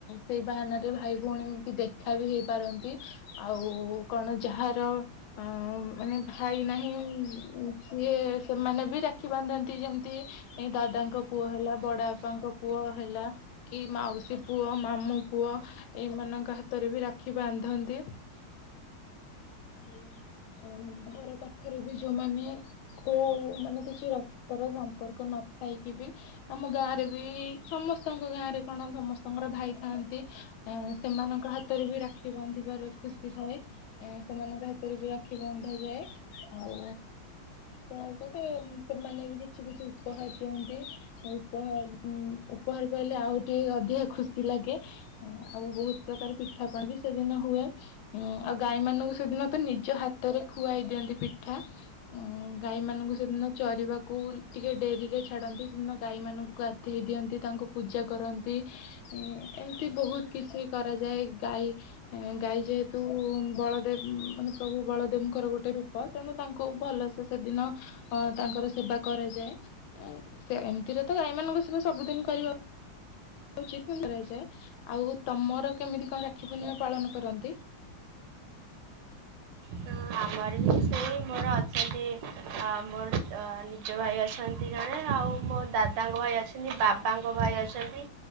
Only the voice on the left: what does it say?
ସେଇ ବାହାନାରେ ଭାଇ ଭଉଣୀ ବି ଦେଖା ବି ହେଇପାରନ୍ତି। ଆଉ କଣ ଯାହାର ଅ ମାନେ ଭାଇ ନାହିଁ ଯିଏ ସେମାନେ ବି ରାକ୍ଷୀ ବାନ୍ଧନ୍ତି ଯେମତି ତି ଏ ଦାଦାଙ୍କ ପୁଅ ହେଲା ବଡ ଆବାପାଙ୍କ ପୁଅ ହେଲା କି ମାଉସୀ ପୁଅ ମାମୁ ପୁଅ ଏଇମାନଙ୍କ ହାତରେ ବି ରାକ୍ଷୀ ବାନ୍ଧନ୍ତି ଆଉ ଅମ ଘର ପାଖରେ ବି ଯୋଉମାନେ କୋଉ ମାନେ କିଛି ରକ୍ତର ଶ୍ ପର୍କ ନଥାଇକି ବି ଆମ ଗାଁ ରେ ବି ସମସ୍ତଙ୍କ ଗାଁ ରେ କଣ ସମସ୍ତଙ୍କର ଭାଇ ଥାଆନ୍ତି। ଆ ସେମାନଙ୍କ ହାତରେ ବି ରାକ୍ଷୀ ବାନ୍ଧିବାରେ ଖୁସି ଥାଏ। ଆ ସେମାନଙ୍କ ହାତରେ ବି ରାକ୍ଷୀ ବନ୍ଧାଯାଏ ଆଉ ଉ ପୁଣି ଗୋଟେ ସେମାନେ ବି କିଛି କିଛି ଉପହାର ଦିଅନ୍ତି। ଉପହାର ଉ ଉପହାର କହିଲେ ଆଉ ଟିକେ ଅଧିକ ଖୁସି ଲାଗେ। ହୁ ଆଉ ବହୁତ ପ୍ରକାର ପିଠାପଣ ବି ସେଦିନ ହୁଏ। ଉଁ ଆଉ ଗାଈ ମାନଙ୍କୁ ସେଦିନ ତ ନିଜ ହାତରେ ଖୁଆଇ ଦିଅନ୍ତି ପିଠା ଉଁ ଗାଈ ମାନଙ୍କୁ ସେଦିନ ଚରିବାକୁ ଟିକେ ଡେରି ରେ ଛାଡନ୍ତି ସେଦିନ ଗାଈ ମାନଙ୍କୁ ଗଧେଇ ଦିଅନ୍ତି ତାଙ୍କୁ ପୂଜା କରନ୍ତି। ଏମିତି ବହୁତ କିଛି କରାଯାଏ ଗାଈ ଗାଈ ଯେହେତୁ ବଳଦେବ ମାନେ ପ୍ରଭୁ ବଳଦେବଙ୍କର ଗୋଟେ ରୂପ। ତେଣୁ ତାଙ୍କୁ ଭଲସେ ସେଦିନ ଅ ତାଙ୍କର ସେବା କରାଯା ଯାଏ ଏମିତିରେ ତ ଗାଈ ମାନଙ୍କୁ ସ ସବୁଦିନ କରିବ ଆଉ ଚିକୁ କରାଯାଏ ଆଉ ତମର କେମିତି କଣ ରାକ୍ଷୀ ପୂର୍ଣ୍ଣିମା ପାଳନ କରନ୍ତି?